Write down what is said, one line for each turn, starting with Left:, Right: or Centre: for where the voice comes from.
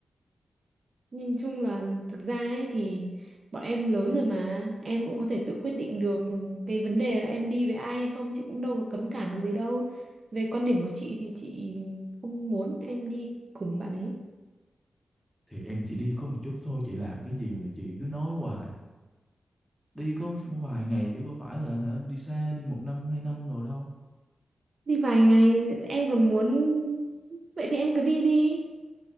Right: Nhìn chung là thực ra ấy thì bọn em lớn rồi mà em cũng có thể tự quyết định được cái vấn đề là em đi với ai hay không chị cũng đâu có cấm cản được gì đâu về quan điểm của chị thì chị không muốn em đi cùng bạn ấy
Centre: thì em chỉ đi có một chút thôi chị làm cái gì mà chị cứ nói hoài đi có vài ngày chứ có phải là hả, đi xa đi một năm hai năm rồi đâu
Right: đi vài ngày em còn muốn vậy thì em cứ đi đi